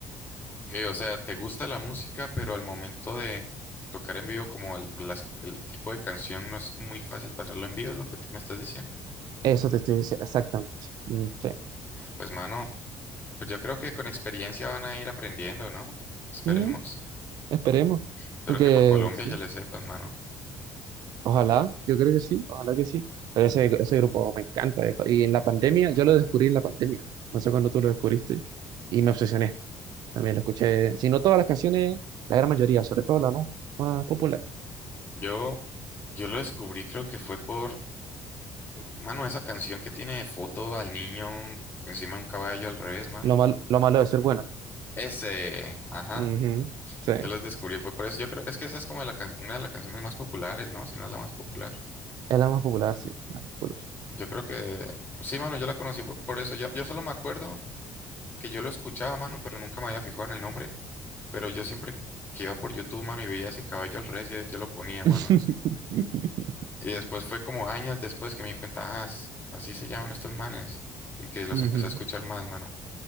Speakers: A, on the left; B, on the right.
A: Ok, o sea, te gusta la música, pero al momento de tocar en vivo, como el, por las- el tipo de canción no es muy fácil pasarlo en vivo, es lo que te- me estás diciendo.
B: Eso te estoy diciendo, exactamente. Mm, sí.
A: Pues mano, pues yo creo que con experiencia van a ir aprendiendo, ¿no? Esperemos.
B: Mm. Esperemos,
A: Espero
B: porque
A: que para Colombia
B: sí,
A: ya le sepan, mano.
B: ojalá, yo creo que sí, ojalá que sí. Pero ese, ese grupo me encanta, viejo. Y en la pandemia, yo lo descubrí en la pandemia. No sé cuándo tú lo descubriste. Y me obsesioné. También lo escuché, si no todas las canciones, la gran mayoría, sobre todo la más, más popular.
A: Yo, yo lo descubrí, creo que fue por, mano, esa canción que tiene de foto al niño encima de un caballo al revés, mano.
B: Lo mal- lo malo de ser bueno.
A: Ese, ajá.
B: Ujú, Sí, es
A: Yo los descubrí, fue por eso. Yo creo, es que esa es como la can- una de las canciones más populares, ¿no? Si no la más popular.
B: la más popular, sí. La más popular.
A: Yo creo que sí, mano, yo la conocí fue por eso. Yo, yo solo me acuerdo que yo lo escuchaba, mano, pero nunca me había fijado en el nombre. Pero yo siempre que iba por YouTube, mano, y veía ese caballo al revés, yo, yo lo ponía, mano.
B: <laughs>
A: Y después fue como años después que me di cuenta, ah, es- así se llaman estos manes. Y que los
B: Ujú,
A: empecé a escuchar más, mano.